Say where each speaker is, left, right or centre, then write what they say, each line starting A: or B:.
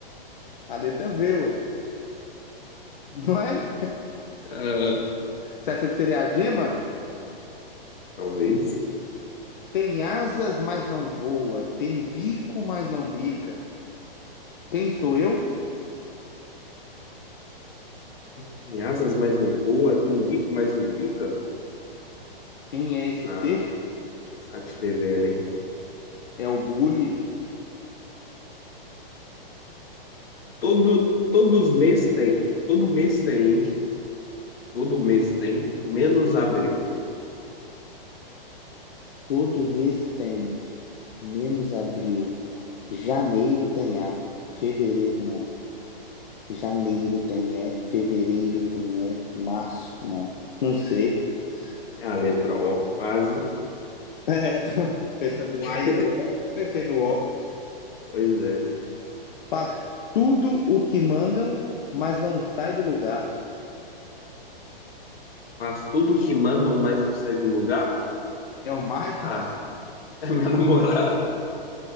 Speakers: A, on the left; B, on the left.
A: A letra V, ué. Não é?
B: Ah,
A: Você achou que seria a gema?
B: talvez.
A: Tem asas, mas não voa. Tem bico, mas não bica. Quem sou eu?
B: Tem asas, mas não voa. Tem bico, mas não bica.
A: Quem é esse
B: Ah,
A: ser?
B: vou ficar te devendo, hein?
A: É o bully.
B: Todo, todos mês tem. Todo mês tem, hein? Todo mês tem, menos abril.
A: Todo mês tem, menos abril. Janeiro tem A, fevereiro não. Janeiro tem E, fevereiro tem E, março não. Não sei. <laughs>
B: É a letra O, quase.
A: É, tô pensando no
B: <laughs>
A: A e no E, mas pensei no O.
B: Pois é.
A: Faz tudo o que mandam, mas não sai do lugar.
B: Faz tudo o que mandam, mas não sai do lugar?
A: É o Michael?
B: Ah, é minha <laughs> namorada.